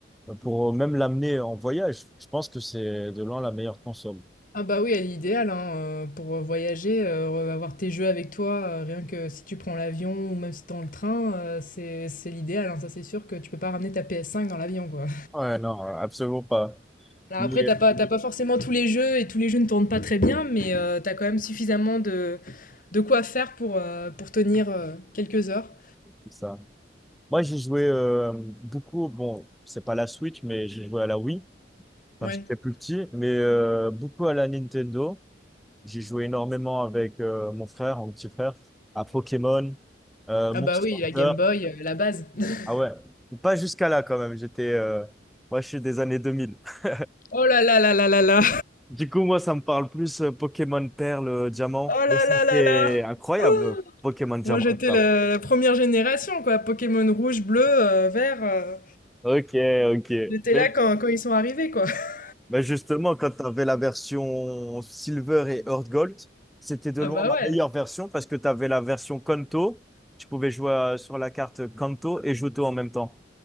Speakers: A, in the centre; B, on the left (about 50°).
A: euh, pour euh, même l'amener en voyage, je pense que c'est de loin la meilleure console.
B: Ah bah oui, elle est idéale hein, euh, pour voyager, euh, avoir tes jeux avec toi, euh, rien que si tu prends l'avion ou même si t'es dans le train, euh, c'est c'est l'idéal, hein, ça c'est sûr que tu peux pas ramener ta PS5 dans l'avion, quoi.
A: Ouais, non, absolument pas.
B: Alors
A: Mais
B: après, t'as pas, t'as pas forcément tous les jeux et tous les jeux ne tournent pas très bien, mais euh, t'as quand même suffisamment de, de quoi faire pour, euh, pour tenir euh, quelques heures.
A: c'est ça. Moi j'ai joué euh, beaucoup, bon, c'est pas la Switch, mais j'ai joué à la Wii quand
B: Ouais.
A: j'étais plus petit, mais euh, beaucoup à la Nintendo. J'ai joué énormément avec euh, mon frère, mon petit frère, à Pokémon, euh,
B: Ah
A: Monster
B: bah oui, la
A: Hunter.
B: Game Boy, euh, la base. <laughs>
A: Ah ouais, pas jusqu'à là quand même. J'étais, euh, moi, je suis des années 2000. <laughs>
B: Oh là là là là là là.
A: Du coup, moi, ça me parle plus euh, Pokémon Perle, euh, Diamant.
B: Oh là
A: Mais c'était
B: là là là.
A: incroyable,
B: <gasps>
A: euh, Pokémon Diamant
B: Moi, j'étais
A: et Perle.
B: la, la première génération, quoi. Pokémon rouge, bleu, euh, vert. euh,
A: Ok, ok.
B: j'étais
A: Mais
B: là quand, quand ils sont arrivés, quoi. <laughs>
A: bah justement, quand tu avais la version Silver et Earth Gold, c'était de
B: Ah
A: loin
B: bah
A: ma
B: ouais.
A: meilleure version parce que tu avais la version Kanto. Tu pouvais jouer euh, sur la carte Kanto et Johto en même temps.